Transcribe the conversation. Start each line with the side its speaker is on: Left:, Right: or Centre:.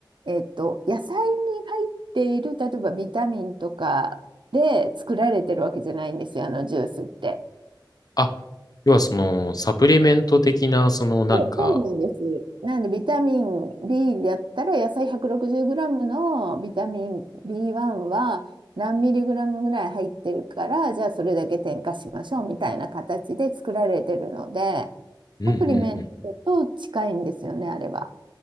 Right: えっと、野菜に入っている、例えばビタミンとかで作られてるわけじゃないんですよ、あのジュースって。
Left: あ、要はその、サプリメント的な、そのなんか、
Right: そう、そうなんです。なんでビタミン B だったら野菜 160g のビタミン B1 は何ミリグラムぐらい入ってるからじゃあそれだけ添加しましょうみたいな形で作られてるので
Left: うんうんうん
Right: サプリメントと近いんですよねあれは。